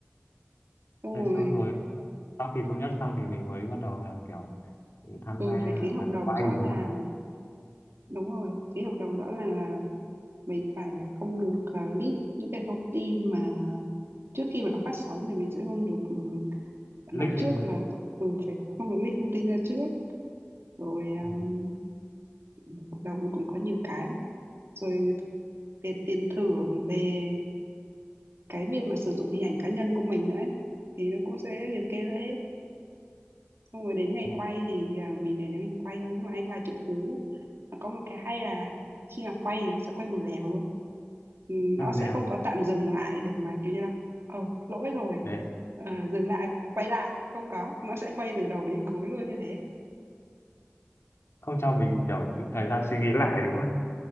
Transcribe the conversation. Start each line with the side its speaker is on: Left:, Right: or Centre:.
Right: Xong
Left: Thế
Right: rồi
Left: xong rồi sau khi thống nhất xong thì mình mới bắt đầu là kiểu tham
Right: ừ,
Left: gia
Right: phải ký hợp
Left: và
Right: đồng
Left: quay
Right: rõ ràng
Left: đúng không?
Right: Đúng rồi, ký hợp đồng rõ ràng mình phải à, không được à, leak những cái thông tin mà trước khi mà nó phát sóng thì mình sẽ không được ừ, nói
Left: Lick
Right: trước
Left: vậy ra.
Right: là tụi- ừ, phải không được leak thông tin ra trước rồi
Left: Ồ,
Right: um, hợp đồng cũng có nhiều cái lắm rồi về tiền thưởng về cái việc mà sử dụng hình ảnh cá nhân của mình nữa ấy, thì nó cũng sẽ liệt kê ra hết xong rồi đến ngày
Left: ồ,
Right: quay thì à, mình để đấy mình quay thôi nhưng mà anh là triệu phú nó có một cái hay là khi mà quay thì nó sẽ quay một lèo luôn Ừ,
Left: Thế
Right: nó
Left: là
Right: sẽ
Left: nào?
Right: không có tạm dừng lại để mà kiểu như là ờ lỗi rồi
Left: Để
Right: ờ, dừng lại quay lại không có nó sẽ quay từ đầu đến cuối luôn như thế
Left: <laughs> không cho mình kiểu thời gian suy nghĩ lại đúng không?